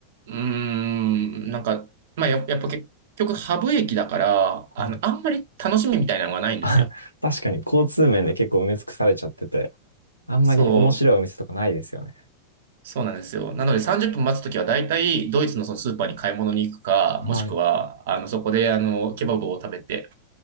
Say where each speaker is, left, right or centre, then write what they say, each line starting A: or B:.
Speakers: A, on the right; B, on the right.
A: うーん、なんか、まあや、やっぱ結局ハブ駅だから、あの、
B: はい。
A: あんまり楽しみみたいなのがないんですよ。
B: <laughs> あ、確かに交通面で結構埋め尽くされちゃってて、あんまり面白いお店とかないですよね。
A: そう。そうなんですよ。なので30分待つときは大体ドイツのそのスーパーに買い物に行くか、
B: はい。
A: もしくはあのそこであのケバブを食べて、